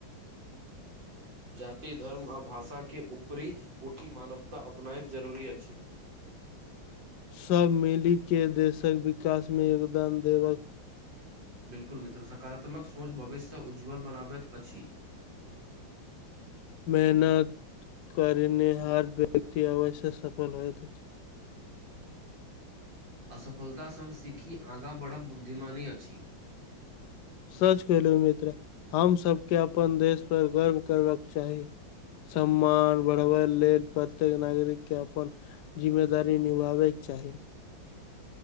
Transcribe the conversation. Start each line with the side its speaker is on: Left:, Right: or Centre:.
Right: जाति धर्म आ भाषाके ऊपरी उठि मानवता अपनायब जरूरी अछि
Left: सब मिली के देशक विकास मे योगदान देबाका
Right: बिल्कुल मित्र सकारात्मक सोच भविष्यसँ उज्ज्वल बनाबैत अछि
Left: मेहनत करने हर व्यक्ति अवश्य सफल होएत अछि
Right: असफलत सङ्ग सीखी आगाँ बढ़ब बुद्धिमानि अछि
Left: सच केलहुँ मित्र हम सबके अपन देश पर गर्व करबाक चाही सम्मान बढ़बै लेल प्रत्येक नागरिक के अपन जिम्मेदारी निभाबे के चाही